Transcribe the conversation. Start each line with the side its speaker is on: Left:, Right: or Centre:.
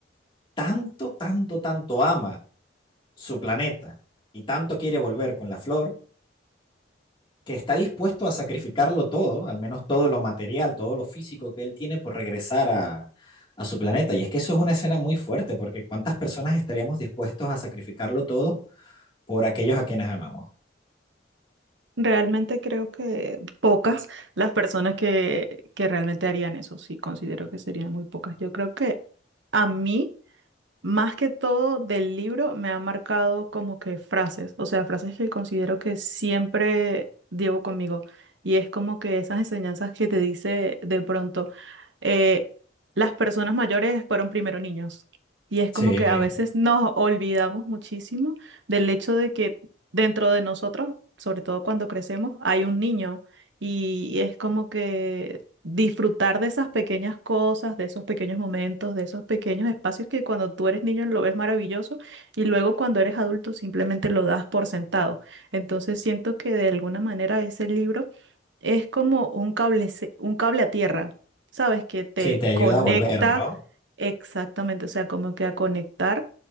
Left: tanto, tanto, tanto ama su planeta y tanto quiere volver con la flor que está dispuesto a sacrificarlo todo, al menos todo lo material, todo lo físico que él tiene por regresar a, a su planeta. Y es que eso es una escena muy fuerte, porque ¿cuántas personas estaríamos dispuestos a sacrificarlo todo por aquellos a quienes amamos?
Right: Realmente creo que pocas las personas que, que realmente harían eso, sí, considero que serían muy pocas. Yo creo que a mí... Más que todo del libro me ha marcado como que frases, o sea, frases que considero que siempre llevo conmigo. Y es como que esas enseñanzas que te dice de pronto, eh, las personas mayores fueron primero niños. Y es
Left: Sí.
Right: como que a veces nos olvidamos muchísimo del hecho de que dentro de nosotros, sobre todo cuando crecemos, hay un niño. Y es como que disfrutar de esas pequeñas cosas, de esos pequeños momentos, de esos pequeños espacios que cuando tú eres niño lo ves maravilloso y luego cuando eres adulto simplemente lo das por sentado. Entonces siento que de alguna manera ese libro es como un cable, se- un cable a tierra, ¿sabes? Que te
Left: Sí, te ayuda
Right: conecta
Left: a volver, ¿no?
Right: exactamente, o sea, como que a conectar